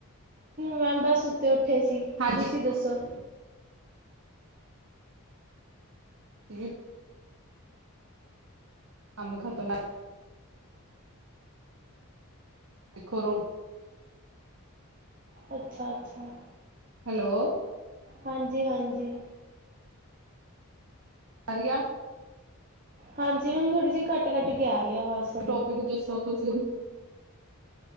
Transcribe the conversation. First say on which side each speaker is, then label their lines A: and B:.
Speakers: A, on the right (about 35°); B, on the right (about 70°).
A: ਮੈਂ ਬਸ ਸੁੱਤੇ ਉੱਠ ਉੱਠੇ ਸੀ
B: ਹਾਂਜੀ
A: ਤੁਸੀਂ ਦੱਸੋ
B: <unintelligible> ਕੰਮ ਖਤਮ ਆ। ਦੇਖੋ ਰੋਟੀ
A: ਅੱਛਾ, ਅੱਛਾ।
B: ਹੈਲੋ,
A: ਹਾਂਜੀ, ਹਾਂਜੀ।
B: ਆਰੀ ਆ
A: ਹਾਂਜੀ ਮੈਮ ਥੋੜੀ ਜਿ ਕੱਟ ਕੱਟ ਕੇ ਆ ਰਹੀ ਐ ਆਵਾਜ਼ ਥੋਡੀ
B: ਟੋਪਿਕ ਦੱਸੋ ਤੁਸੀਂ